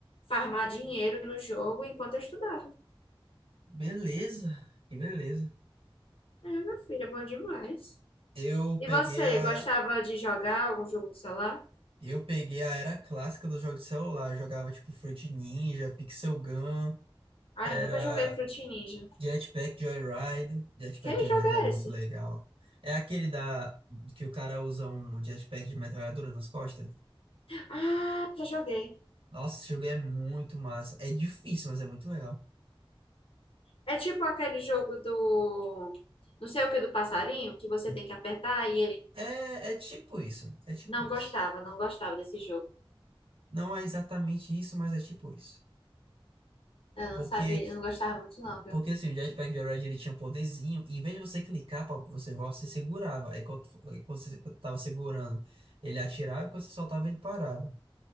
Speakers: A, on the left (about 75°); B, on the right (about 70°).
A: farmar dinheiro no jogo enquanto eu estudava.
B: Beleza. Que beleza.
A: É, meu filho, é bom demais.
B: Eu
A: E
B: peguei
A: você,
B: a.
A: gostava de jogar algum jogo no celular?
B: Eu peguei a era clássica dos jogos de celular. Eu jogava tipo Fruit Ninja, Pixel Gun.
A: Ah,
B: Era.
A: eu nunca joguei Fruit Ninja.
B: Jetpack Joyride. Jetpack
A: Que
B: Joyride
A: jogo
B: é
A: é
B: muito
A: esse?
B: legal. É aquele da que o cara usa um jetpack de metralhadora nas costas.
A: Ah, já joguei.
B: Nossa, esse jogo é muito massa. É difícil, mas é muito legal.
A: É tipo aquele jogo do... Não sei o que, do passarinho, que você tem que apertar e ele...
B: É, é tipo isso. É tipo
A: Não
B: isso.
A: gostava, não gostava desse jogo.
B: Não é exatamente isso, mas é tipo isso.
A: Eu
B: Porque,
A: não sabia, eu não gostava muito não, viu?
B: porque assim, o Jetpack Joyride ele tinha um poderzinho. E em vez de você clicar para você voar, você segurava. Aí quando, aí quando você tava segurando, ele atirava e quando você soltava, ele parava.